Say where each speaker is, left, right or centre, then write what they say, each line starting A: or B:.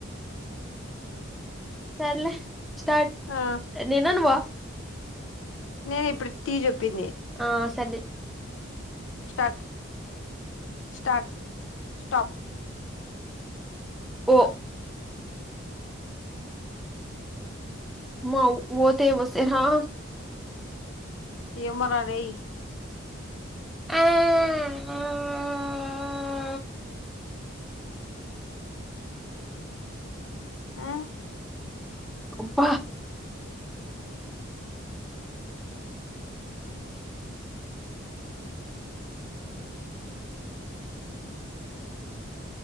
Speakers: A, in the centre; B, on the left.
A: సర్లే స్టార్ట్
B: ఆ
A: నినానువ్వ
B: నేను ఇప్పుడు తీ చెప్పింది
A: ఆ సంధి
B: స్టాట్ స్టాట్ స్టాప్
A: ఓ మౌ మోతేమొస్తఇ ఆ
B: ఏమోరారేయ్
A: ఆ
B: ఆ
A: అబ్బ